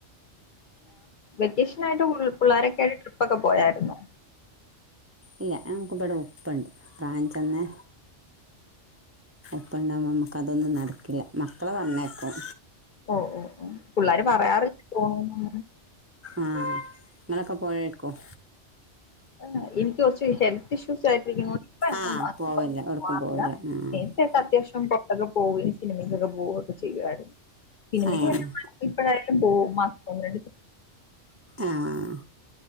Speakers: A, on the left; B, on the right.
A: വെക്കേഷനായിട്ട് പിള്ളാരെ - യായിട്ട് ട്രിപ്പ് ഒക്കെ പോയാരുന്നോ
B: ഇല്ല നമ്മക്കിവിടെ ഉപ്പയുണ്ട് പ്രായം ചെന്നെ ഉപ്പ ഉണ്ടാവകുമ്പോ നമുക്ക് അതൊന്നും നടക്കില്ല മക്കളെ പറഞ്ഞയ്ക്കും
A: ഓഹ് ഓഹ് പിള്ളോര് പറയാറില്ല പോണോന്ന്
B: ആഹ് നിങ്ങളൊക്കെ പോയിരിക്കും
A: ആഹ് എനിക്ക് കൊറച്ച് ഹെൽത്ത് ഇഷ്യൂസ് ആയിട്ടിരിക്കുന്നു ഇപ്പ എങ്ങും
B: ആ
A: അത്യവശ്യം
B: പോവില്ല എവിടേക്കും
A: പോവാറില്ല
B: പോവില്ല ആ
A: നേര്ത്തെയൊക്കെ അത്യാവശ്യം പൊറത്തോക്കെ പോകും സിനിമക്കൊക്കെ- പോവുയൊക്കെ ചെയ്യുവമായിരുന്നു സിനിമയ്ക്ക്
B: ഏ,
A: വേണോങ്കിൽ ഇപ്പഴായാലും പോകും പോകവും മാസ ര
B: ആഹ്